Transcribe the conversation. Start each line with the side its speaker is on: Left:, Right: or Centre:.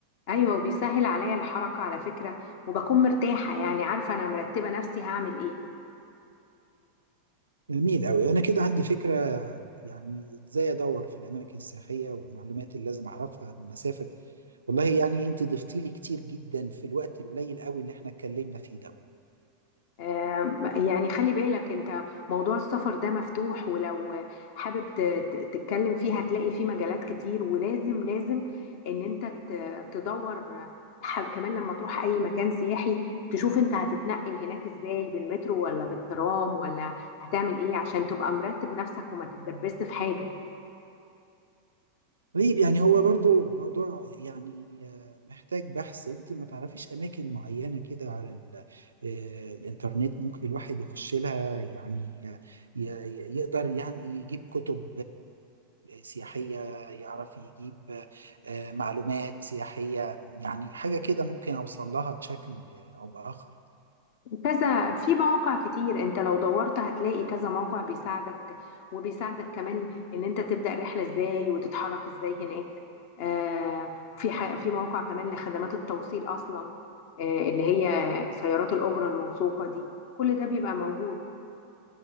Left: ايوه وبيسهل عليا الحركه على فكره وبكون مرتاحه يعني عارفه انا مرتبه نفسي هعمل ايه
Right: جميل أوي أنا كده عندي فكرة يعني إزاي أدور في الأماكن السياحية والمعلومات اللي لازم أعرفها قبل ما أسافر والله يعني أنت ضفتي لي كتير جدا في الوقت القليل أوي اللي إحنا اتكلمنا فيه ده
Left: آم، يعني خلي بالك انت موضوع السفر ده مفتوح ولو حابب ت- ت- تتكلم فيه هتلاقي فيه مجالات كتير ولازم لازم ان انت ت- تدور ح- كمان لما تروح اي مكان سياحي تشوف انت هتتنقل هناك ازاي بالمترو ولا بالترام ولا هتعمل ايه عشان تبقى مرتب نفسك وما تتدبست في حاجة
Right: طيب يعني هو برضو موضوع يعني آه، محتاج بحث انت ما تعرفيش اماكن معينة كده على ال- آه، الانترنت ممكن الواحد يخش لها يعني آه، ي- ي- يقدر يعني يجيب كتب سياحية يعرف يجيب آه، معلومات سياحية يعني حاجة كده ممكن اوصل لها بشكل او باخر
Left: كذا في مواقع كتير انت لو دورت هتلاقي كذا موقع بيساعدك وبيساعدك كمان ان انت تبدأ رحلة ازاي وتتحرك ازاي هناك آه في ح- في مواقع كمان لخدمات التوصيل اصلا آه اللي هي سيارات الأجرة الموثوقة دي كل ده بيبقى موجود